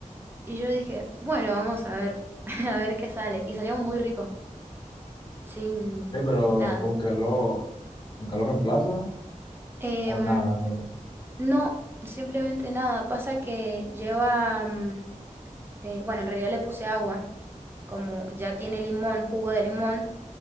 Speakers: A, on the right; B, on the left.
A: Y yo dije, bueno, vamos a ver, <laughs> a ver qué sale. Y salió muy rico, sin,
B: Ey, pero
A: sin nada.
B: ¿con qué lo, con qué lo reemplaza?
A: Em,
B: O nada, no. lo-
A: no, simplemente nada. Pasa que lleva, mm, eh, bueno, en realidad le puse agua, como ya tiene limón, jugo de limón.